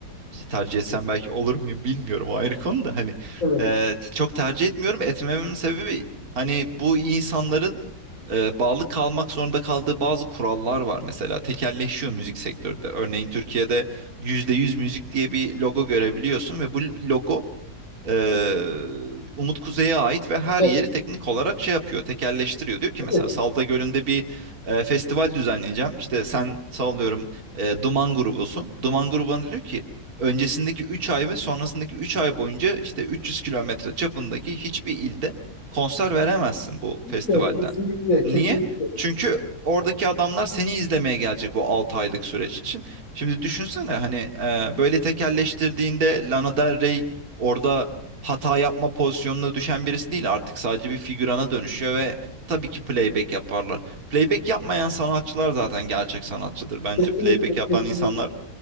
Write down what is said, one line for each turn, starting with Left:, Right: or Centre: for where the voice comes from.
Right: tercih etsem belki olur muyum bilmiyorum o ayrı konu da hani
Left: Evet.
Right: e, t- çok tercih etmiyorum etmememin sebebi hani bu insanların e, bağlı kalmak zorunda kaldığı bazı kurallar var mesela tekelleşiyor müzik sektörde örneğin Türkiye'de %100 müzik diye bir logo görebiliyorsun ve bu logo ee, Umut Kuzey'e ait ve her
Left: Evet.
Right: yeri teknik olarak şey yapıyor, tekelleştiriyor. Diyor ki mesela
Left: evet.
Right: Salda Gölü'nde bir e, festival düzenleyeceğim. İşte sen sallıyorum e, Duman grubusun. Duman grubuna diyor ki öncesindeki 3 ay ve sonrasındaki 3 ay boyunca işte 300 kilometre çapındaki hiçbir ilde konser veremezsin bu festivalden.
Left: Kesinlikle, kesinlikle,
Right: Niye?
Left: kesinlikle.
Right: Çünkü oradaki adamlar seni izlemeye gelecek bu 6 aylık süreç için. Şimdi düşünsene hani e, böyle tekelleştirdiğinde Lana Del Rey orada hata yapma pozisyonuna düşen birisi değil artık sadece bir figürana dönüşüyor ve tabii ki playback yaparlar. Playback yapmayan sanatçılar zaten gerçek sanatçıdır. Bence
Left: Kesinlikle,
Right: playback yapan
Left: kesinlikle.
Right: insanlar